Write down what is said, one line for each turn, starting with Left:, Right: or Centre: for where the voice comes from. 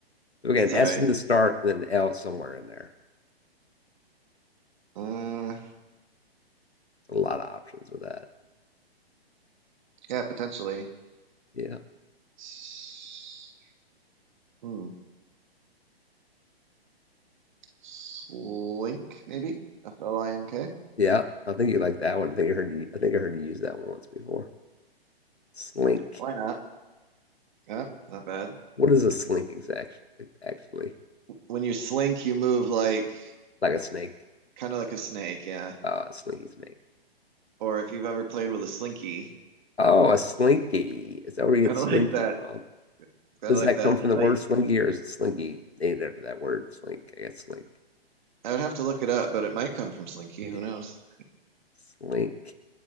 Left: So we got
Right: That's
Left: an S
Right: all right.
Left: in the start and an L somewhere in there.
Right: Uh,
Left: There's a lot of options with that.
Right: yeah, potentially.
Left: Yeah.
Right: S- Hmm. Slink, maybe? F L I N K.
Left: Yeah. I think you like that one. I think I heard you I think I heard you use that one once before. Slink.
Right: Why not? Yeah, not bad.
Left: What is a slink exactly actually?
Right: When you slink, you move like
Left: Like a snake.
Right: kind of like a snake, yeah.
Left: Uh a slinky snake.
Right: Or if you've ever played with a slinky,
Left: Oh, a slinky. Is that
Right: it's
Left: where you
Right: kind
Left: get slinky
Right: of like that.
Left: from?
Right: It's kind
Left: Does
Right: of like
Left: that
Right: that
Left: come from the
Right: tight.
Left: word slinky or is it slinky named after that word slink? I guess slink.
Right: I would have to look it up, but it might come from slinky. Who
Left: Yeah.
Right: knows?
Left: Slink.